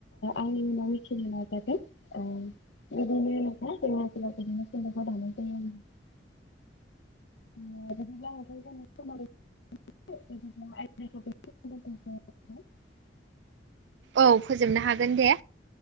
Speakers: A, on the left (about 80°); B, on the right (about 80°).
A: आंनि उनाव मिथिनो नाजादो। औ बिदिनोला बिदिनो दानाय जायो। <unintelligible> <unintelligible>
B: औ फोजोबनो हागोन दे।